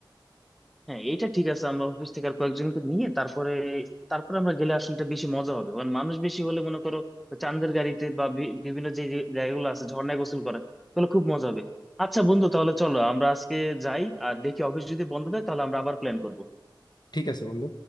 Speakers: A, in the centre; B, on the left.
A: হ্যাঁ এটা ঠিক আছে আমরা অফিস থেকে আর কয়েকজনকে নিয়ে তারপরে তারপরে আমরা গেলে আসলে এটা বেশি মজা হবে কারণ মানুষ বেশি হলে মনে করো চাঁদের গাড়িতে বা বি- বিভিন্ন যে যে জায়গাগুলো আছে ঝর্ণায় গোসল করা তাহলে খুব মজা হবে আচ্ছা বন্ধু তাহলে চলো আমরা আজকে যাই আর দেখি অফিস যদি বন্ধ থাকে তাহলে আমরা আবার প্ল্যান করবো
B: ঠিক আছে বন্ধু